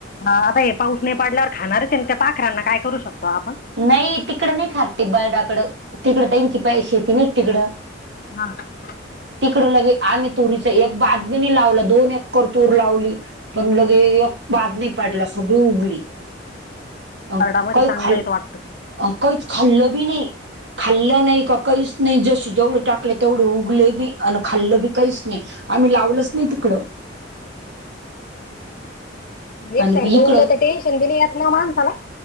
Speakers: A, on the left; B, on the right.
A: हा बई पाऊस नाही पाडल्यावर खाणारच हे न त्या पाखरांना काय करू शकतो आपण.
B: नाही तिकडं नाही खात ते बर्डाकडं तिकडं त्यांची पैये नाही क तिकडं
A: हा.
B: तिकडे लगे आम्ही तुरीच एक बागबी नही लावलं दोन एकर तूर लावली. पण लगे एक बाद नाही पाडला सगळी उगली अंग
A: बर्डामध्ये
B: काही
A: चांगलं
B: खाल
A: येत वाटतं
B: अंग काहीच खाल्ल बी नाही खाल्लं नाही का काहीच नाही जशी जेवढे, टाकले तेवढे उगले बी आणि खाल्ल बी काहीच नाही. आम्ही लावलच नाही तिकडं.
A: एक
B: आणि
A: सारख
B: इकडं
A: उगल त टेंनशन बी नई येत ना माणसाला.